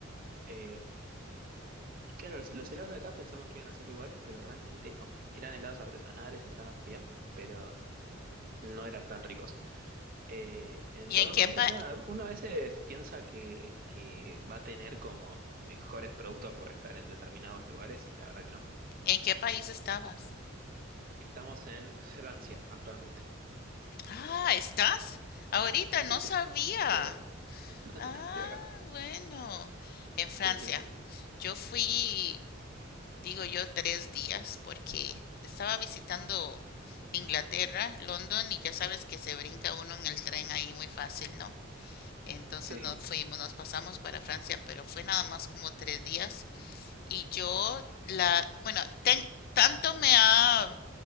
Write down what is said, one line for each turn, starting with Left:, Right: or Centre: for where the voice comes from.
Right: Eh, claro, los, los helados de acá pensamos que iban a ser iguales, pero realmente no, eran helados artesanales, estaban bien, pero mm, no eran tan ricos. Eh, entonces,
Left: ¿Y en qué pa-
Right: nada, uno a veces piensa que, que va a tener como mejores productos por estar en determinados lugares y la verdad que no.
Left: en qué país estabas?
Right: Estamos en Francia actualmente.
Left: Ah, ¿estás? Ahorita no
Right: Sí, sí,
Left: sabía.
Right: estoy acá, <laughs>
Left: Ah,
Right: estoy acá.
Left: bueno, en Francia.
Right: Sí, sí, sí.
Left: Yo fui, digo yo, tres días porque estaba visitando Inglaterra, London, y ya sabes que se brinca uno en el tren ahí muy fácil, ¿no? Entonces
Right: Sí.
Left: nos fuimos, nos pasamos para Francia, pero fue nada más como tres días. Y yo, la, bueno, ten- tanto me ha